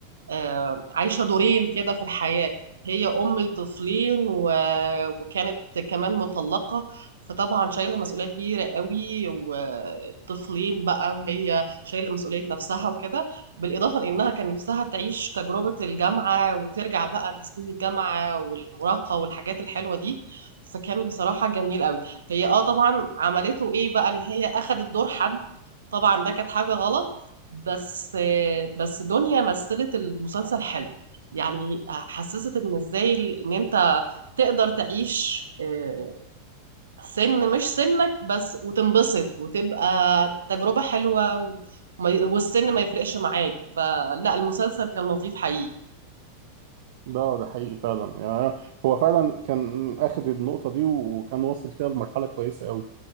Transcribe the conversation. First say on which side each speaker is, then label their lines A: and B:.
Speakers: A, on the right; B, on the right.
A: آه، عايشة دورين كده في الحياة هي أم لطفلين و... وكانت كمان مطلقة فطبعا شايلة مسؤولية كبيرة قوي وطفلين بقى وهي شايلة مسؤولية نفسها وكده بالإضافة لأنها كان نفسها تعيش تجربة الجامعة وترجع بقى لسنين الجامعة والمراهقة والحاجات الحلوة دي فكان بصراحة جميل قوي هي اه طبعا عملته ايه بقى اللي هي أخدت دور حد طبعا ده كانت حاجة غلط بس بس دنيا مثلت المسلسل حلو يعني حسست ان ازاي ال- ان انت تقدر تعيش آه، سن مش سنك بس وتنبسط وتبقى تجربة حلوة و- وما- والسن ما يفرقش معاك فلا المسلسل كان لطيف حقيقي
B: ده ده حقيقي فعلا يعني هو فعلا كان اخد النقطه دي وكان واصل فيها لمرحله كويسه قوي